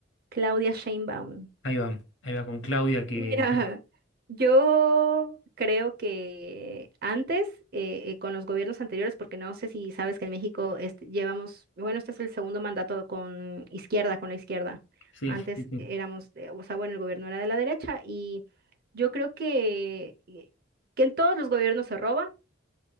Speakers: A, on the right; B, on the left.
A: Claudia Sheinbaum.
B: Ahí va, ahí va con Claudia, que...
A: Mira, yo creo que antes, eh, eh, con los gobiernos anteriores, porque no sé si sabes que en México este, llevamos, bueno, este es el segundo mandato con izquierda, con la izquierda.
B: Sí.
A: Antes
B: Sí, sí, sí.
A: éramos, eh, o sea, bueno, el gobierno era de la derecha y yo creo que, eh, que en todos los gobiernos se roba.